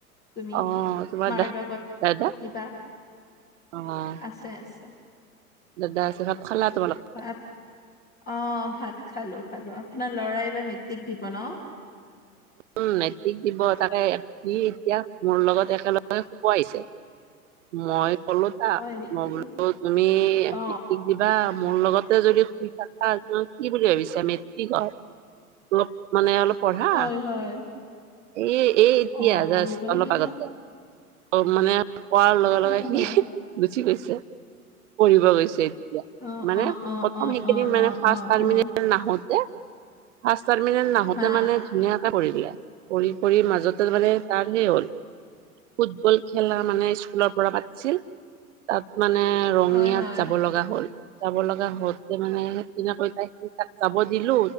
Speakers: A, on the left (about 20°); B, on the right (about 55°).
A: তুমি
B: অ' তোমাৰ
A: মাৰ
B: দা
A: লগত
B: দাদা
A: পাতিবা
B: অ'
A: আছে আছে
B: দাদা আছে সব। খালা তোমালোক
A: হয় আ অ ভাত খালো খালোঁ আপোনাৰ ল'ৰাই এইবাৰ মেট্ৰিক দিব ন?
B: উম মেট্ৰিক দিব তাকে সি এতিয়া মোৰ লগত একেলগে শুব আহিছে। মই কলো তাক
A: হয় নেকি
B: মই বোলো তুমি
A: অ
B: মেটিক দিবা মোৰ লগতে যদি শুই থাকা কি বুলি ভাবিছো মেট্ৰিক হয় ত অলপ মানে অলপ পঢ়া
A: হয় হয়
B: এই এই এতিয়া
A: অ
B: জাষ্ট
A: পঢ়িব লাগিব
B: অলপ আগতে অ মানে কোৱাৰ লগে
A: হয়
B: লগে সি
A: হয়
B: গুচি গৈছে পঢ়িব গৈছে এতিয়া,
A: অ
B: মানে
A: অ অ
B: প্ৰথম
A: অ
B: সেইকেইদিন
A: অ
B: মানে
A: অ
B: ফাৰ্ষ
A: অ
B: টাৰ্মিনেল
A: অ
B: নাহোতে ফাৰ্ষ্ট টাৰ্মিনেল নাহোতে
A: হা
B: মানে ধুনীয়াকে কৰি দিয়ে পঢ়ি পঢ়ি মাজতে মানে তাৰ হেই হ'ল ফুটবল খেলা মানে স্কুলৰ পৰা পাতিছিল তাত মানে ৰঙিয়াত
A: হয় হয়
B: যাব লগা হ'ল। যাব লগা হৈছে মানে, সিদিনা তেনেকৈ তাই তাত যাব দিলো,